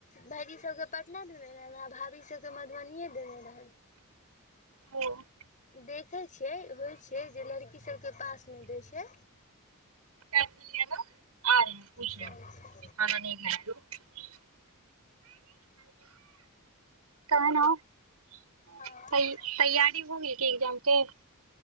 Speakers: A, on the left; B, on the right.
A: भायजी सभ केँ पटना देने रहनि, आ भाभी सभ केँ मधुबनिए देने रहनि।
B: ओ- -
A: देखै छैई होइ छै जे लड़की सभके पास में दै छै।
B: <inaudible>
A: सैह छै
B: कान्हा --
A: हँ
B: तै तैयारी भ गेल कि एग्जाम के- -